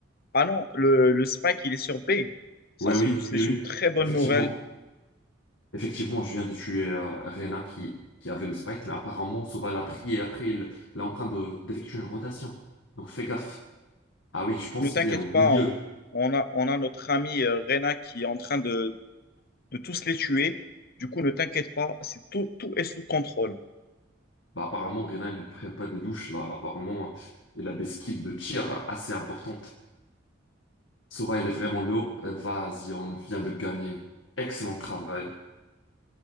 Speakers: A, on the left; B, on the left.
A: Ah non, le, le Spike, il est sur B. Ça,
B: Oui oui
A: c'est une, c'est
B: oui oui,
A: une très bonne
B: effectivement.
A: nouvelle.
B: Effectivement, je viens de tuer euh, Reyna qui, qui avait le spike, mais apparemment, Soba l'a pris et après, il, il est en train de, d'effectuer une rotation. Donc fais gaffe. Ah oui, je pense
A: Ne t'inquiète
B: qu'il est au
A: pas,
B: milieu.
A: on, on a, on a notre ami euh, Reyna qui est en train de, de tous les tuer. Du coup, ne t'inquiète pas, c'est tout, tout est sous contrôle.
B: Bah, apparemment, Reyna, il ne prend pas de douche. Là. Apparemment, il a des skills de tir assez importantes. Soba, il est vraiment low. Euh, Vas-y, on vient de gagner. Excellent travail.